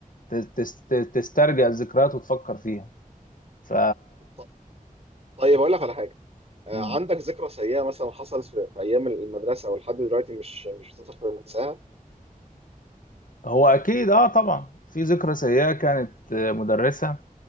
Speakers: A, on the left; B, on the right.
A: ت- تس- ت- تسترجع الذكريات وتفكر فيها ف
B: ط- طيب اقول لك على حاجه آه،
A: مم.
B: عندك ذكرى سيئه مثلا حصلت في في ايام المدرسه او لحد دلوقتي مش مش بتقدر تنساها
A: هو اكيد اه طبعا في ذكرى سيئة كانت آه، مدرسة